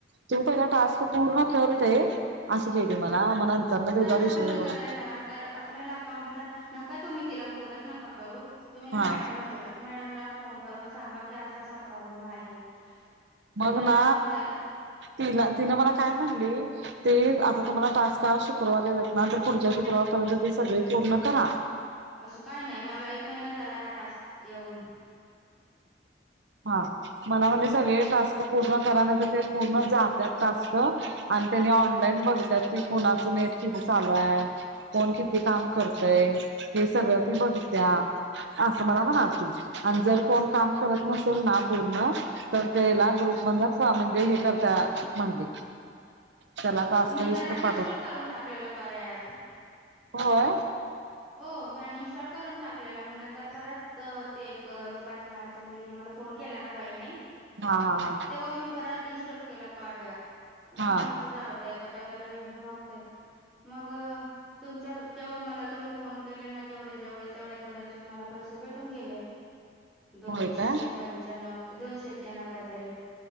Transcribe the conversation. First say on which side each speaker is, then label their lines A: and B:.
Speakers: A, on the right; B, in the centre.
A: तू पहिला टास्क पूर्ण करते असं लिहिलंय
B: हम्म.
A: मला म नंतर ना
B: टास्क
A: तेचा विषय
B: पूर्ण
A: म्हण.
B: करायला तर आपल्याला अकाउंटनं नका तुम्ही तिला फोनच नका करू तुम्ही ना
A: हा
B: मॅडमला बोला. मॅडमला फोन करून सांगा की असा असा प्रॉब्लेम आहे. तिकडे
A: बग ना
B: कोणतर
A: तिला तीन मला काय सांगितली. तेचं आता तुम्हाला तास तास शुक्रवार याेत आहेत ना तर पुढच्या शुक्रवारपर्यंत ते सगळे पूर्ण करा.
B: असं काय नाही मला एक महिना झालाय हा टास्क येऊन.
A: हा मला म्हणेले सगळे टास्क पूर्ण करा ते पूर्ण जातात टास्क. आणि
B: हम्म
A: त्यांनी ऑनलाईन बघितात की कुणाचं नेट किथ चालू आहे. कोण किती काम करतय ते सगळं ती बघत्या. असं मला म्हणालती आणि जर कोण काम करत नसेल ना पूर्ण. तर ते
B: हम्म
A: ला ग्रुप मण म्हणजे हे करता म्हणली. त्याला टास्क
B: मी
A: लिस्ट
B: तर अनइनस्टॉल
A: पाठव
B: करून टाकलेलं कार्य ऍप.
A: होय.
B: हो मी अनइन्स्टॉल करून टाकलेला मी नंतर परत ते एक रुपाली नावाच्या मुलीनी मला. फोन केला ना बाईने.
A: हा हा हा,
B: तेव्हा मी परत इनस्टॉल केला कार्य मग
A: हा हा
B: म्हणली जाऊदे आत्ता. कायतरी बघते मग तुमच्या जेव्हा मला तुम्ही. फोन केले ना जेवढे जेवढे, तेवढ्या तेवढ्याचे मला पैसे भेटून गेले. दोनशे
A: होय काय
B: पंच्याणव, दोनशे एक्क्याण्णव काय तरी.